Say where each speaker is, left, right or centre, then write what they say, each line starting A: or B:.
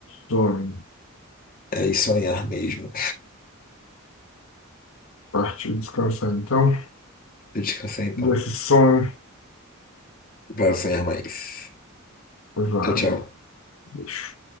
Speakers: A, on the left; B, on the left.
A: sonho.
B: é ir sonhar mesmo.
A: Partiu descansar, então.
B: <laughs> Eu descansei então,
A: Desse sonho,
B: para sonhar mais.
A: vale.
B: Tchau, tchau.
A: Bicho.